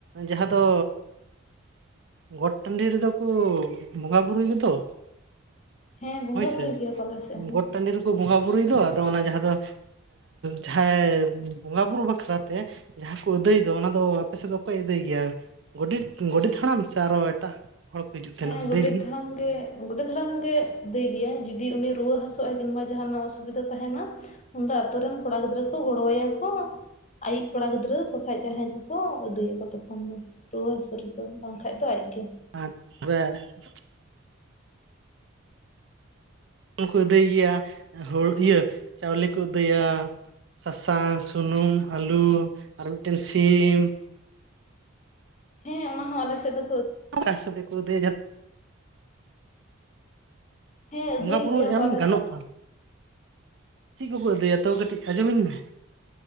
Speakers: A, on the right; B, on the left.
A: ᱡᱟᱦᱟᱸ ᱫᱚ ᱜᱚᱴ ᱴᱟᱱᱺᱰᱤ ᱨᱮ ᱫᱚ ᱠᱚ ᱵᱚᱸᱜᱟ ᱵᱨᱩᱭ ᱜᱮᱛᱚ
B: ᱦᱮᱸ ᱵᱚᱸᱜᱟ
A: ᱦᱳᱭ
B: ᱵᱩᱨᱩᱭ
A: ᱥᱮ
B: ᱜᱮᱭᱟ ᱠᱚ ᱟᱞᱮ ᱥᱮᱫ ᱦᱚᱸ
A: ᱜᱚᱴ ᱴᱟᱱᱺᱰᱤ ᱠᱚ ᱵᱚᱸᱜᱟ ᱵᱩᱨᱩᱭ ᱫᱚ ᱟᱫᱚ ᱚᱱᱟ ᱡᱟᱦᱟᱸ ᱫᱚ ᱡᱟᱦᱟᱸᱭ ᱵᱚᱸᱜᱟ ᱵᱩᱨᱩ ᱵᱟᱠᱷᱨᱟ ᱛᱮ ᱡᱟᱦᱟᱸ ᱠᱚ ᱟᱹᱫᱟᱹᱭ ᱫᱚ ᱚᱱᱟ ᱫᱚ ᱟᱯᱮ ᱥᱮᱫ ᱫᱚ ᱚᱠᱚᱭ ᱟᱹᱫᱟᱹᱭ ᱜᱮᱭᱟ? ᱜᱚᱰᱮᱛ ᱜᱚᱰᱮᱛ ᱦᱟᱲᱟᱢ ᱥᱮ ᱟᱨ ᱦᱚ ᱮᱴᱟᱜ᱾ ᱦᱚᱲ ᱠᱚ ᱦᱤᱡᱩᱜ ᱛᱟᱦᱮᱱᱟ
B: ᱦᱮᱸ
A: ᱟᱹᱫᱟᱹᱭ
B: ᱜᱚᱰᱮᱛ
A: ᱞᱟᱹᱜᱤᱫ?
B: ᱦᱟᱲᱟᱢ ᱜᱮ ᱜᱚᱰᱮᱛ ᱦᱟᱲᱟᱢ ᱜᱮ ᱫᱟᱹᱭ ᱜᱮᱭᱟᱭ ᱡᱩᱫᱤ ᱩᱱᱤ ᱨᱩᱣᱟᱹ ᱦᱟᱹᱥᱩᱜᱼᱟ ᱡᱮᱱᱮᱵᱟ ᱡᱟᱦᱟᱸᱱᱟᱜ ᱚᱥᱩᱵᱤᱫᱟ ᱛᱟᱦᱮᱸᱱᱟ᱾ ᱩᱱᱚᱫᱟ ᱟᱛᱩ ᱨᱮᱱ ᱠᱩᱲᱟ ᱜᱤᱫᱽᱨᱟ ᱠᱚ ᱜᱚᱲ ᱟᱭᱟ ᱠᱩ᱾ ᱟᱭᱤᱡ ᱠᱚᱲᱟ ᱜᱤᱫᱽᱨᱟᱹ ᱵᱟᱠᱷᱟᱱᱡ ᱡᱟᱦᱟᱸᱭ ᱜᱮ ᱠᱚ ᱠᱚ ᱟᱹᱫᱩᱭᱟ ᱠᱚ ᱛᱚᱠᱷᱚᱱ ᱫᱚ᱾ ᱨᱩᱣᱟᱹ ᱦᱟᱹᱥᱩ ᱨᱮ ᱫᱚ ᱵᱟᱝᱠᱟᱱᱡ ᱫᱚ ᱟᱡᱜᱮ᱾
A: <unintelligible> ᱦᱚᱱ ᱠᱚ ᱟᱹᱫᱟᱹᱭ ᱜᱮᱭᱟ ᱦᱩᱲᱩ ᱤᱭᱟᱹ ᱪᱟᱣᱞᱮ ᱠᱚ ᱟᱹᱫᱟᱹᱭᱟ᱾ ᱥᱟᱥᱟᱝ ᱥᱩᱱᱩᱢ ᱟᱹᱞᱩ ᱟᱨ ᱢᱤᱫ ᱴᱮᱱ ᱥᱤᱢ᱾
B: ᱦᱮᱸ ᱚᱱᱟ ᱦᱚᱸ ᱟᱞᱮᱫ ᱥᱮᱫ ᱫᱚ
A: <unintelligible>
B: ᱦᱮᱸ
A: ᱵᱚᱸᱜᱟ
B: ᱟᱹᱫᱟᱹᱭ
A: ᱵᱩᱨᱩ
B: ᱜᱮᱭᱟ
A: ᱮᱢ
B: ᱠᱚ ᱟᱞᱮ
A: ᱜᱟᱱᱚᱜᱼᱟ
B: ᱥᱮᱫ
A: ᱪᱮᱫ ᱠᱩ ᱠᱩ ᱟᱹᱫᱟᱹᱭᱟ ᱛᱚ ᱠᱟᱹᱴᱤᱡ ᱟᱸᱡᱚᱢᱤᱧ ᱢᱮ?